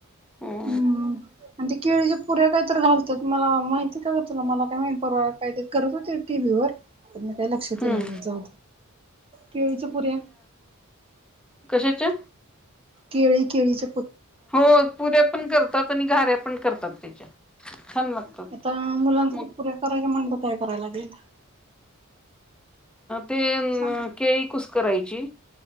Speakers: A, in the centre; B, on the right.
A: हो
B: हम्म आणि ते केळीच्या पुऱ्या काहीत घालत तर मला माहिती का तुला मला काय माहिती परवा काही करत होते टीव्ही वर म काही लक्षात
A: हम्म.
B: येईल नाही म्हण केळीच पुऱ्या
A: कशाचा
B: केळी केळी च
A: हो पुऱ्या पण करतात आणि गाऱ्या पण करतात त्याच्या छान लागतात
B: आता मुलांसाठी
A: मग
B: पुऱ्या करायच्या म्हणत काय करायला लागेल
A: ते
B: सांग
A: केळी कुस करायची